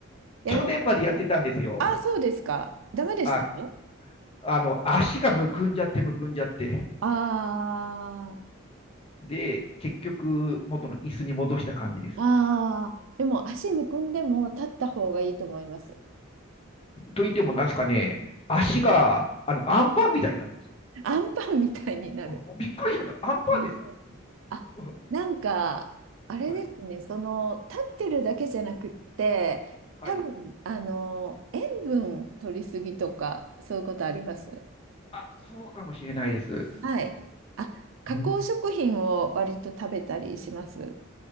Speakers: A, on the right (about 70°); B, on the left (about 25°).
A: やりました。
B: 去年までやってたんですよ。
A: ああ、そうですか。ダメでしたよ。
B: あ、あの、足がむくんじゃってむくんじゃって。
A: あ
B: で、結局、元の椅子に戻した感じです。
A: ああ、でも足むくんでも立った方がいいと思います。
B: と言っても、なんですかね、足が、あの、アンパンみたいになるんですよ。
A: <laughs> アンパンみたいになる。
B: うんびっくりしました。アンパンですよ。
A: ねあ、
B: <laughs> うん
A: なんか、あれですね、
B: はい。
A: その、立ってるだけじゃなくって、
B: はい。
A: 多分、あの、塩分取りすぎとか、そういうことあります。
B: あ、そうかもしれないです。
A: はい。あ、加工食品を割と食べたりします。
B: うん、